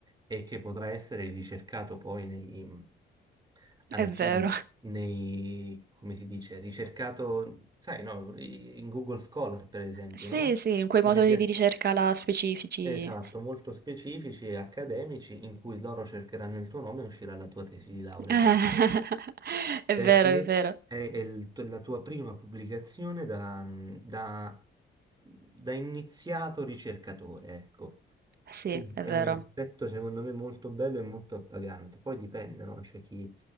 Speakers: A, on the right (about 20°); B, on the right (about 50°).
A: e che potrà essere ricercato poi nei,
B: È
A: alla
B: vero.
A: fine nei, come si dice, ricercato, sai, no, in Google Scholar, per esempio,
B: Sì,
A: no?
B: sì, in quei
A: Quelle
B: motori
A: pia-
B: di ricerca là specifici.
A: Esatto, molto specifici e accademici in cui loro cercheranno il tuo nome e uscirà la tua tesi di laurea.
B: <laughs> È
A: Perché
B: vero, è vero.
A: è, è il- tu- la tua prima pubblicazione da, mhmm, da- da iniziato ricercatore, ecco.
B: Sì,
A: Quindi
B: è
A: È
B: vero.
A: un aspetto secondo me molto bello e molto appagante. Poi dipende, no? C'è chi,